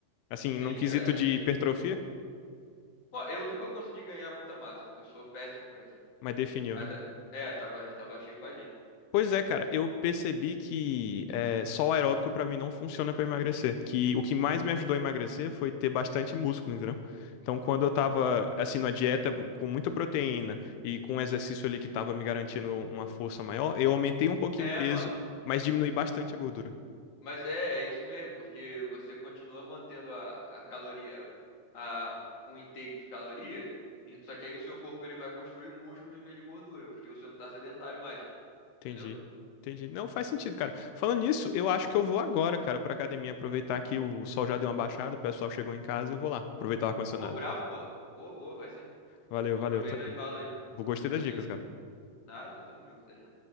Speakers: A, on the left; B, on the left.
A: Assim,
B: Sim,
A: num quesito
B: é,
A: de
B: sim,
A: hipertrofia,
B: sim. Ó, eu nunca consegui ganhar muita massa. Eu sou péssimo pra isso.
A: mas definiu,
B: Mas
A: né?
B: é, é, tava, tava shapeadinho.
A: Pois é, cara, eu percebi que é, só o aeróbico pra mim não funciona pra emagrecer. Que o que mais me ajudou a emagrecer foi ter bastante músculo, entendeu? Então, quando eu tava, assim, numa dieta com muita proteína e com um exercício ali que tava me garantindo uma força maior, eu aumentei um pouquinho
B: É,
A: o peso,
B: mano.
A: mas diminui bastante a gordura.
B: Mas é, é isso mesmo, porque você continua mantendo a, a caloria, a, um intake de caloria, e- só que aí o seu corpo ele vai construir músculo em vez de gordura, porque você não tá sedentário mais,
A: Entendi.
B: entendeu?
A: Entendi. Não faz sentido, cara. Falando nisso, eu acho que eu vou agora, cara, pra academia aproveitar que o sol já deu uma baixada, o pessoal chegou em casa, eu vou lá aproveitar o ar-condicionado.
B: Ô, brabo, mano. Boa, boa, vai sim.
A: Valeu, valeu,
B: Aproveita
A: tô
B: o embalo
A: indo.
B: aí.
A: Gostei
B: Valeu.
A: das dicas, cara.
B: Nada, tamo junto, até já.